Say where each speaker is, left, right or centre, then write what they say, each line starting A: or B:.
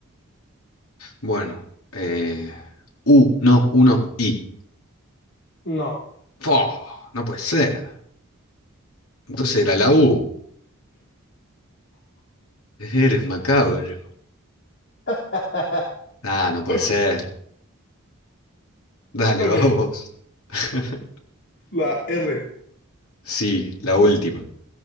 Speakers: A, on the left (about 80°); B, on the left (about 55°).
A: Bueno, eh, U, no, uno, I.
B: No.
A: ¡Fo! No puede ser. Entonces era la U. Eres macabro.
B: <laughs>
A: Ah, no puede
B: Ok,
A: ser. Dale,
B: ok.
A: vamos. <laughs>
B: La R.
A: Sí, la última.